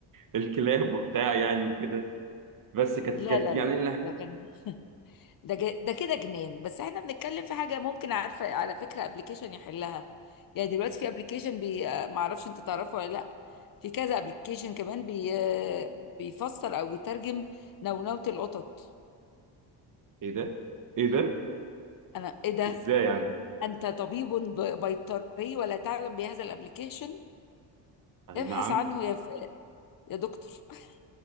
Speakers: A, on the right; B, on the left.
A: الكلاب وبتاع يعني وكده بس كانت
B: لا
A: كانت
B: لا
A: يعني
B: لا لا ده كان ده ج- ده كده جنان بس احنا بنتكلم في حاجه ممكن عارفه على فكره ابلكيشن يحلها يعني دلوقتي في ابلكيشن بي آه، ما اعرفش انت تعرفه ولا لا في كذا ابلكيشن كمان بي آه، بيفسر او بيترجم نونوة القطط
A: ايه ده ايه ده
B: انا ايه ده
A: ازاي يعني
B: انت طبيب ب- بيطري ولا تعلم بهذا الابلكيشن
A: اي
B: ابحث
A: نعم
B: عنه يا ف... يا دكتور <laughs>